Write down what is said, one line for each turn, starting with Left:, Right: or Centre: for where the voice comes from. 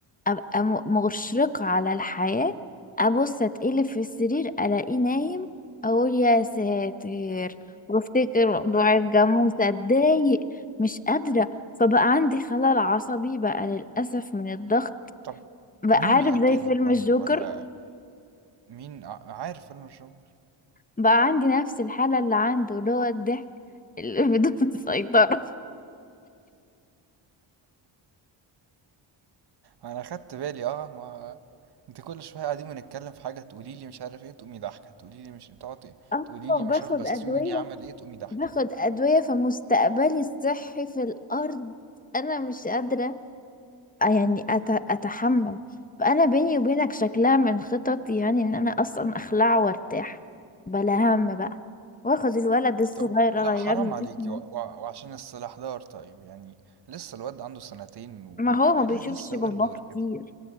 Left: ابقى م- مشرقه على الحياه ابص اتقلب في السرير الاقيه نايم اقول يا ساتر وافتكر موضوع الجاموسه اتضايق مش قادره فبقى عندي خلل عصبي بقى للاسف من الضغط
Right: طب
Left: بقى
Right: مين
Left: عارف
Right: بيأكلها
Left: زي فيلم
Right: طيب
Left: الجوكر
Right: ولا مين ع- عارف انا الشغل
Left: بقى عندي نفس الحاله اللي عنده اللي هو الضحك اللي بدون <laughs> سيطره
Right: انا خدت بالي اه ما انت كل شويه قاعدين بنتكلم في حاجه تقولي لي مش عارف ايه تقومي ضحكه تقولي لي مش تقعدي
Left: اه
Right: تقولي لي
Left: باخد
Right: مش عارف بسيوني
Left: أدوية
Right: عمل ايه تقومي ضحكه
Left: باخد أدوية فمستقبلي الصحي في الأرض أنا مش قادرة آه، يعني أت... أتحمل فأنا بيني وبينك شكلها من خططي يعني إن أنا أصلا أخلع وأرتاح بلا هم بقى وآخد الولد الصغير
Right: طب لا
Left: أغير
Right: حرام
Left: له
Right: عليكي
Left: اسمه
Right: و... و... وعشان السلاح دار طيب يعني لسه الواد عنده سنتين ولسه
Left: ما هو ما بيشوفش باباه
Right: ورور
Left: كتير
Right: كده